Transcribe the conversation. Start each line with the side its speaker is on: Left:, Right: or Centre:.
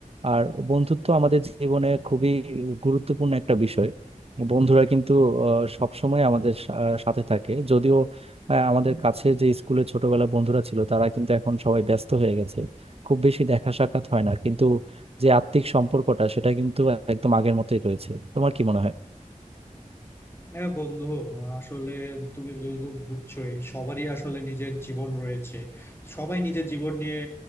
Right: আর বন্ধুত্ব আমাদের জীবনে খুবই গুরুত্বপূর্ণ একটা বিষয় বন্ধুরা কিন্তু সব সময় আমাদের সা- সাথে থাকে যদিও আহ, আমাদের কাছে যে স্কুলে ছোটবেলা বন্ধুরা ছিল তারা কিন্তু এখন সবাই ব্যস্ত হয়ে গেছে খুব বেশি দেখা সাক্ষাৎ হয় না কিন্তু যে আত্মিক সম্পর্কটা সেটা কিন্তু একদম আগের মতোই রয়েছে তোমার কি মনে হয়
Left: হ্যাঁ বন্ধু আসলে তুমি তো বুঝছোই সবারই আসলে নিজের জীবন রয়েছে সবাই নিজের জীবন নিয়ে